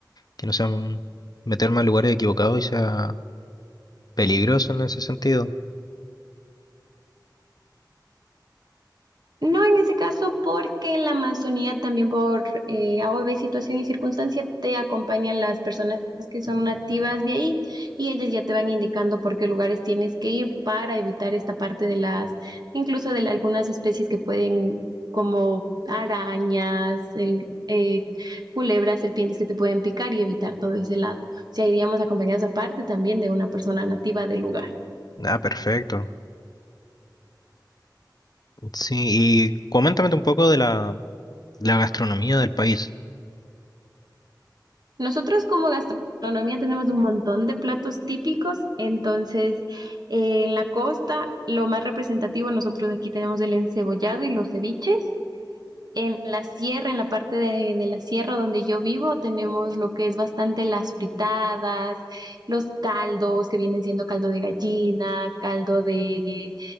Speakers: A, on the left; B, on the right.
A: que no sean meterme a lugares equivocados y sea peligroso en ese sentido.
B: No en ese caso, porque en la Amazonía también por eh, AOV, situación y circunstancia, te acompañan las personas que son nativas de ahí y ellas ya te van indicando por qué lugares tienes que ir para evitar esta parte de las, incluso de la- algunas especies que pueden, como arañas, el- eh, culebras, serpientes que te pueden picar y evitar todo ese lado. O sea, iríamos acompañados aparte también de una persona nativa del lugar.
A: Ah, perfecto. Sí, y coméntame un poco de la, la gastronomía del país.
B: Nosotros como gastronomía tenemos un montón de platos típicos, entonces eh, en la costa lo más representativo nosotros aquí tenemos el encebollado y los ceviches. En la sierra, en la parte de, de la sierra donde yo vivo, tenemos lo que es bastante las fritadas, los caldos que vienen siendo caldo de gallina, caldo de,